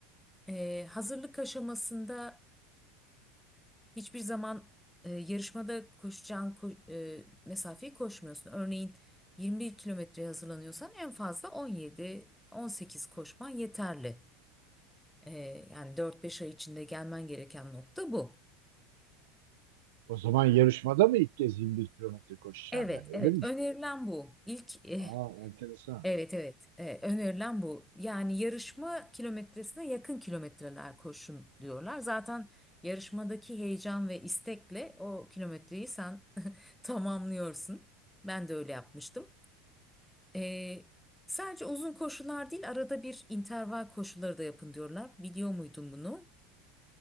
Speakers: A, in the centre; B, on the right (about 75°).
A: E, hazırlık aşamasında hiçbir zaman e, yarışmada koşacağın ko- e, mesafeyi koşmuyorsun. Örneğin 21 kilometreye hazırlanıyorsan en fazla 17-18 koşman yeterli. Ee, yani dört beş ay içinde gelmen gereken nokta bu.
B: O zaman yarışmada mı ilk kez 21 kilometre koşacağım
A: Evet,
B: yani öyle
A: evet.
B: mi?
A: Önerilen bu. İlk eh,
B: Aa, enteresan.
A: evet, evet. eh, önerilen bu. Yani yarışma kilometresine yakın kilometreler koşun diyorlar. Zaten yarışmadaki heyecan ve istekle o kilometreyi sen <laughs> tamamlıyorsun. Ben de öyle yapmıştım. Ee, sadece uzun koşular değil, arada bir interval koşuları da yapın diyorlar. Biliyor muydun bunu?